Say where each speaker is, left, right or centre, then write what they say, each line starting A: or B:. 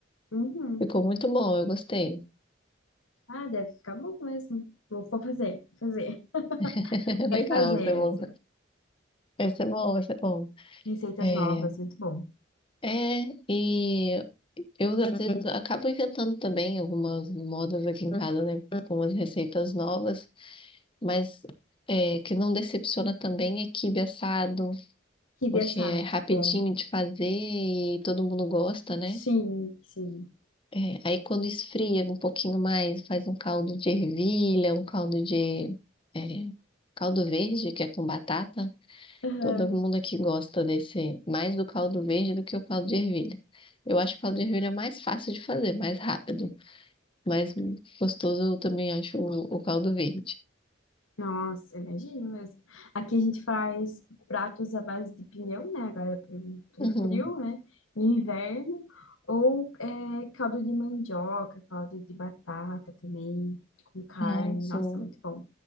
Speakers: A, on the left (about 80°); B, on the left (about 25°).
A: Uhum.
B: Ficou muito bom, eu gostei.
A: Ah, deve ficar bom mesmo. Vou, vou fazer, vou fazer. <laughs>
B: <laughs>
A: Quero
B: Legal,
A: fazer
B: esse
A: essa.
B: é bom. Esse é bom, esse é bom.
A: Receitas
B: É,
A: novas, muito bom.
B: é, e eu às vezes acabo inventando também algumas modas aqui em casa, né? Algumas receitas novas, mas é, que não decepciona também é quibe assado,
A: Kibe
B: porque
A: assado,
B: é rapidinho
A: bom.
B: de fazer e todo mundo gosta, né?
A: Sim, sim.
B: É, aí quando esfria um pouquinho mais, faz um caldo de ervilha, um caldo de é, caldo verde, que é com batata.
A: Aham.
B: Todo mundo aqui gosta desse, mais do caldo verde do que o caldo de ervilha. Eu acho o caldo de ervilha mais fácil de fazer, mais rápido, mais gostoso eu também acho o, o caldo verde.
A: Nossa, imagina mesmo. Aqui a gente faz pratos à base de pinhão, né? Agora é pro, pro
B: Uhum.
A: frio, né? Em inverno. Ou é, caldo de mandioca, caldo de batata também, com carne.
B: Ah, sim.
A: Nossa, muito bom.